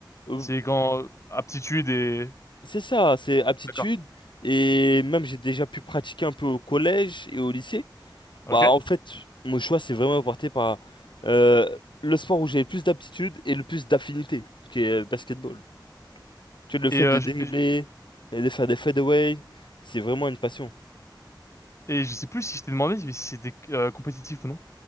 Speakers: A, on the left (about 75°); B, on the left (about 35°).
A: euh,
B: C'est quand aptitude et...
A: c'est ça, c'est aptitude.
B: D'accord.
A: Et même j'ai déjà pu pratiquer un peu au collège et au lycée.
B: Ok.
A: Bah, en fait, mon choix s'est vraiment porté par euh, le sport où j'ai le plus d'aptitude et le plus d'affinité, qui est euh, basketball. Tu vois, le fait
B: Et, euh,
A: de dribbler
B: je, je-
A: et de faire des fadeaways, c'est vraiment une passion.
B: et je sais plus si je t'ai demandé si c'était euh, compétitif ou non.